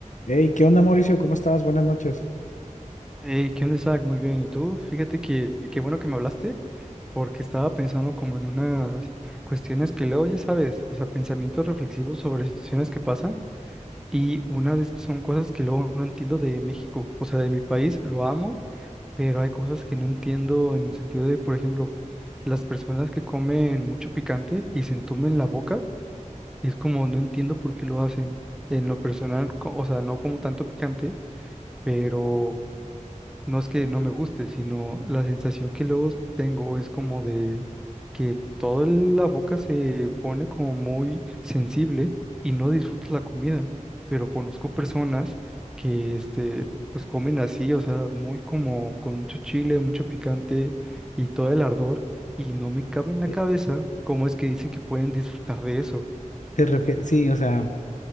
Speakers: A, on the left; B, in the centre.
A: Hey, ¿qué onda, Mauricio? ¿Cómo estás? Buenas noches.
B: Hey, ¿qué onda, Isaac? Muy bien. ¿Y tú? Fíjate que qué bueno que me hablaste, porque estaba pensando como en unas cuestiones que luego, ya sabes, o sea, pensamientos reflexivos sobre situaciones que pasan. Y una de esas son cosas que luego no entiendo de México, o sea, de mi país, lo amo, pero hay cosas que no entiendo en el sentido de, por ejemplo, las personas que comen mucho picante y se entumen la boca, y es como no entiendo por qué lo hacen. En lo personal, co- o sea, no como tanto picante, pero. No es que no me guste, sino la sensación que luego tengo es como de que toda la boca se pone como muy sensible y no disfrutas la comida. Pero conozco personas que este, pues comen así, o sea, muy como con mucho chile, mucho picante y todo el ardor, y no me cabe en la
A: ¿Te,
B: cabeza cómo es que dicen que pueden disfrutar de eso.
A: te refie- Sí, o sea,